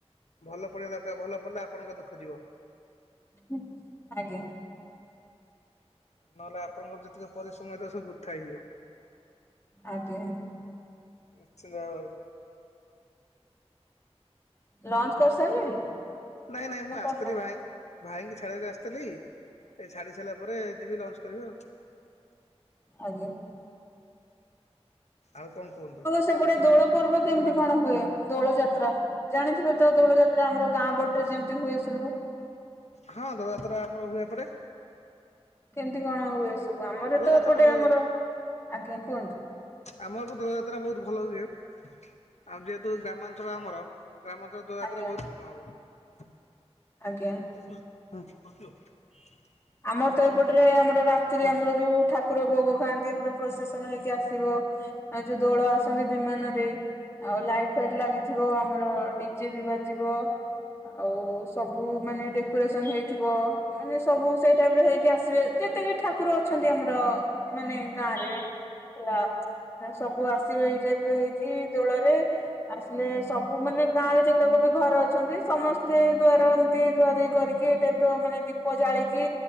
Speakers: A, on the left (about 85°); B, on the left (about 25°).
A: ଭଲ ପଢିବା ଦରକାର ଭଲ ପଢିଲେ ଆପଣଙ୍କ ଦୁଃଖ ଯିବ?
B: ହୁଁ ଆଜ୍ଞା।
A: ନହେଲେ ଆପଣଙ୍କର ଯେତିକ ପରିଶ୍ରମ ହେଇଥିବ ସବୁ ବୃଥା ହେଇଯିବ।
B: ଆଜ୍ଞା ଆଜ୍ଞା।
A: ନିଶ୍ଚିନ୍ତ ଭାବରେ।
B: ଲଞ୍ଚ କରିସାରିଲେଣି?
A: ନାଇଁ ନାଇଁ
B: ନା
A: ମୁଁ ଆସିଥିଲି
B: କରିନାହାନ୍ତି
A: ଭାଇ ଭାଇଙ୍କି ଛାଡ଼ିବାକୁ ଆସିଥିଲି ଏ ଛାଡ଼ି ସାରିଲା ପରେ ଯିବି ଲଞ୍ଚ କରିବି ଆଉ।
B: ଆଜ୍ଞା।
A: ଆଉ କଁ କୁହନ୍ତୁ?
B: ସେପଡେ ଦୋଳ ପର୍ବ କେମିତି କଣ ହୁଏ? ଦୋଳ ଯାତ୍ରା ଜାଣିଥିବେ ତ ଦୋଳ ଯାତ୍ ରେ ଆମର ଗାଁ ପଟରେ ଯେମିତି ହୁଏ ସବୁ।
A: ହଁ ଦୋଳଯାତ୍ରା ଆମର ହୁଏ ଏପଡେ।
B: କେମିତି କଣ ହୁଏ ଏ ସବୁ ଆମର
A: ଦୋଳଯାତ୍ରା
B: ତ ଏପଟେ
A: ବହୁ
B: ଆମର ଆଜ୍ଞା କୁହନ୍ତୁ।
A: ଆମର ବି ଦୋଳ ଯାତ୍ରା ବହୁତ ଭଲ ହୁଏ ଆ ଯେହେତୁ ଗ୍ରାମାଞ୍ଚଳ ଆମର ଗ୍ରାମାଞ୍ଚଳ ଦୋଳଯାତ୍ରା
B: ଆଜ୍ଞା
A: ବହୁତ ଭଲ ହବ।
B: ଆଜ୍ଞା।
A: <unintelligible>
B: ଆମର ତ ଏପଟରେ ଆମର ରାତିରେ
A: ହଁ।
B: ଆମର ଯୋଉ ଠା କୁର ଭୋଗ ଖାଆନ୍ତି ଆମର ପ୍ରୋଶେସନ ହେଇକି ଆସିବ। ଆଉ ଯୋଉ ଦୋଳ ଆସନ୍ତି ବିମାନରେ। ଆଉ ଲାଇଟ ଫାଇଟ ଲାଗିଥିବ ଆମର ଡିଜେ ବି ବାଜିବ। ଆଉ ସବୁ ମାନେ ଡେକୋରେସନ ହେଇଥିବ ମାନେ ସବୁ ସେଇ ଟାଇପର ହେଇକି ଆସିବେ ଯେତେବି ଠାକୁର ଅଛନ୍ତି ଆମର। ମାନେ ଗାଁରେ ହେଲା। ସ ସବୁ ଆସିବେ ଏଇ ଟାଇପର ହେଇକି ଦୋଳରେ। ଆସିଲେ ସବୁ ମାନେ ଗାଁରେ ଯେତେକ ବି ଘର ଅଛନ୍ତି ସମସ୍ତେ ଦୁଆର ଏମତି ଧୁଆ ଧୁଇ କରି କି ଏ ଟାଇପର ମାନେ ଦୀପ ଜାଳିକି